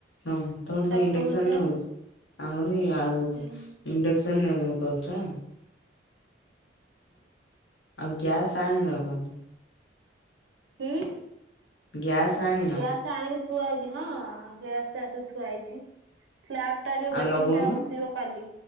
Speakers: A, on the left (about 75°); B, on the right (about 80°).
A: ହଁ ତମର
B: ଶାଗ
A: ସେଇ ଇଣ୍ଡେକ୍ସନ
B: ଭଜା
A: ରେ ହଉଛି ଆମର ସେଇ ଆଳୁ ଭଜା
B: ହୁଁ
A: ଇଣ୍ଡେକସନ ଏ। କରୁଚ ଆଁ ଆଉ ଗ୍ୟାସ୍ ଆଣିନ। କୁହନ୍ତୁ।
B: ହୁଁ।
A: ଗ୍ୟାସ୍ ଆଣିନ।
B: ଗ୍ୟାସ ଆଣିକି ଥୁଆ ହେଇଛି ହଁ ଗ୍ୟାସ ଆସିକି ଥୁଆ ହେଇଛି। ସ୍ଲାବ ଟା ଯୋଉ ବେଶିନ
A: ଆଉ ଲଗଉନ
B: ଟା ବସିବ କାଲି।